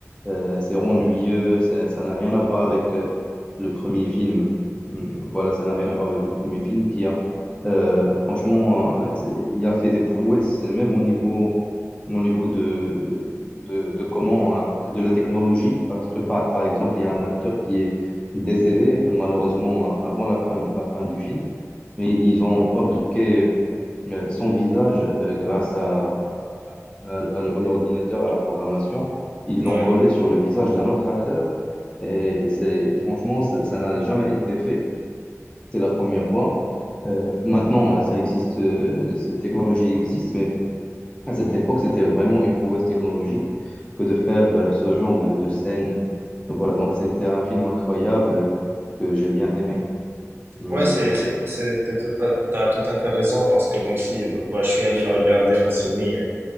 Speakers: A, on the left (about 20°); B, on the right (about 45°).
A: euh, c'est ennuyeux, ça, ça n'a rien à voir avec euh, le premier film. Mm, Voilà, ça n'a rien à voir avec le premier film qui a, euh, franchement, euh, c'est- il a fait des prouesses, même au niveau, au niveau de, de, de comment, euh, de la technologie, parce que par, par exemple, il y a un acteur qui est décédé malheureusement avant la fin, la fin du film, mais ils ont fabriqué euh, son visage euh, grâce à, à, à l'ordinateur, à la programmation. Ils
B: Ouais.
A: l'ont collé sur le visage d'un autre acteur et c'est franchement, ça ça n'a jamais été fait. C'est la première fois. Euh, maintenant, euh, ça existe, euh, cette technologie existe, mais à cette époque, c'était vraiment une prouesse technologique que de faire euh, ce genre de, de scène. Voilà, donc c'était un film incroyable que j'ai bien aimé. Oui,
B: Ouais, c'est, c'est, c'est, t'as, t'as- t'as tout à fait raison parce que moi aussi, bah, bah, je suis allé le regarder en ciné. euh,